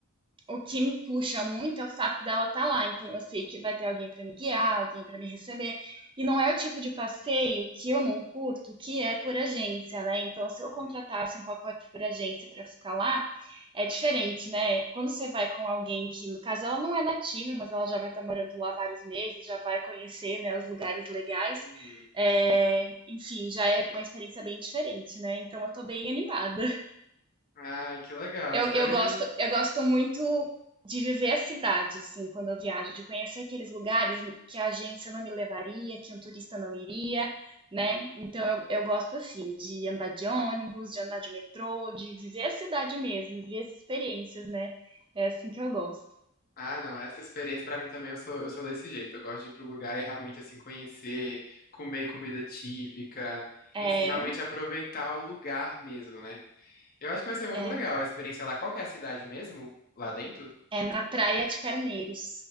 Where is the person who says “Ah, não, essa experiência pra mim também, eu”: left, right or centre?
Left